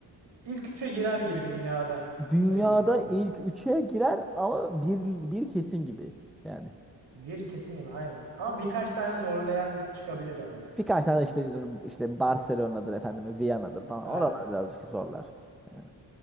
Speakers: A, on the right; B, in the centre.
A: İlk üçe girer gibi dünyada.
B: Dünyada
A: Öyle diyeyim sana.
B: ilk üçe girer ama bir, bir kesin gibi yani.
A: Bir kesin gibi aynen. Ama birkaç tane zorlayan bir çıkabilir arada.
B: Birkaç tane işte işte Barcelona'dır efendim, Viyana'dır falan.
A: Aynen.
B: Oralar birazcık zorlar. Yani.